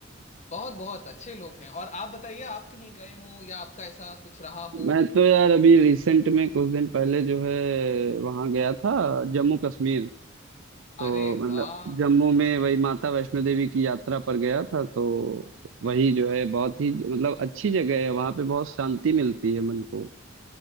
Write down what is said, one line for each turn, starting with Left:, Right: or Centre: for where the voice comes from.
Left: बहुत बहुत अच्छे लोग हैं और आप बताइए आप कहीं गए हो या आपका ऐसा कुछ रहा हो
Right: मैं तो यार अभी रिसेंट में कुछ दिन पहले जो है वहां गया था जम्मू कश्मीर
Left: अरे
Right: तो मतलब
Left: वाह
Right: जम्मू में वही माता वैष्णो देवी की यात्रा पर गया था तो
Left: जी
Right: वही
Left: जी
Right: जो
Left: जी
Right: है बहुत ही मतलब अच्छी जगह है वहां पे बहुत शांति मिलती है मन को